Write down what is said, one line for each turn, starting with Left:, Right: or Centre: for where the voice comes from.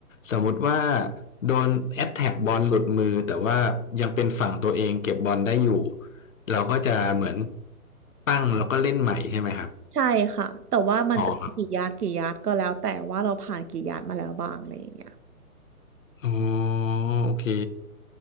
Left: สมมุติว่าโดนแอตแทกบอลหลุดมือแต่ว่ายังเป็นฝั่งตัวเองเก็บบอลได้อยู่เราก็จะเหมือนตั้งแล้วก็เล่นใหม่ใช่ไหมครับ
Right: ใช่ค่ะแต่ว่ามันจะเป็นกี่ยาร์ดกี่ยาร์ดก็แล้วแต่ว่าเราผ่านกี่ยาร์ดมาแล้วบ้างอะไรอย่างเงี้ย
Left: อ๋อครับอ๋อโอเค